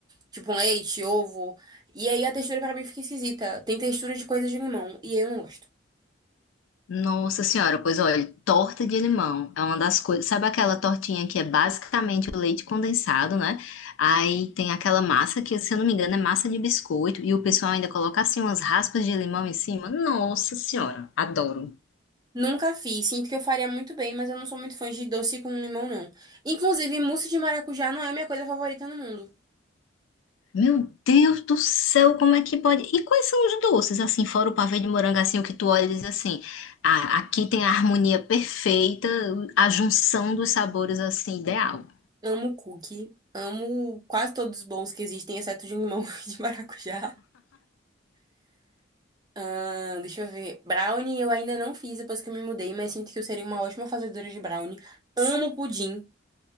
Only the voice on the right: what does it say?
tipo leite, ovo, e aí a textura pra mim fica esquisita. Tem textura de coisa de limão e eu não gosto.
Nunca fiz. Sinto que eu faria muito bem, mas eu não sou muito fã de doce com limão, não. Inclusive, mousse de maracujá não é a minha coisa favorita no mundo.
Amo cookie. Amo quase todos os bons que existem, exceto de limão <laughs> e de maracujá. Ah, deixa eu ver. Brownie eu ainda não fiz depois que eu me mudei, mas sinto que eu seria uma ótima fazedora de brownie. Amo pudim.